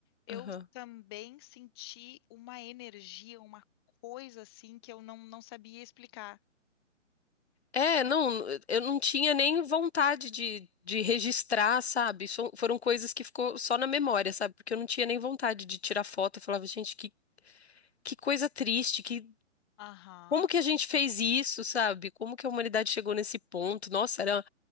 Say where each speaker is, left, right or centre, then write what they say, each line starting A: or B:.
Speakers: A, on the left (about 20°); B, on the left (about 55°).
A: eu
B: aham.
A: também senti uma energia, uma coisa assim que eu não, não sabia explicar.
B: É, não, eu não tinha nem vontade de, de registrar, sabe? So- foram coisas que ficou só na memória, sabe? Porque eu não tinha nem vontade de tirar foto. Eu falava, gente, que, que coisa triste, que
A: Aham.
B: Como que a gente fez isso, sabe? Como que a humanidade chegou nesse ponto? Nossa, era,